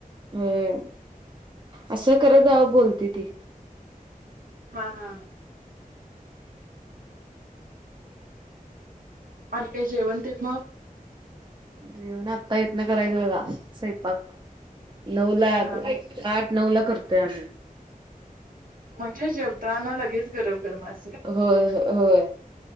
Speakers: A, on the right; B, on the right.
A: अ असं करत जा बोलती ती
B: हा हा आणि काही जेवण ते मग
A: जेवण आत्ता येत ना करायचं बघा स्वैंपाक नऊला
B: हा
A: आठ नऊ ला करतोय आम्ही
B: म्हणजे जेवताना लगेच गरम गरम असत
A: होय होय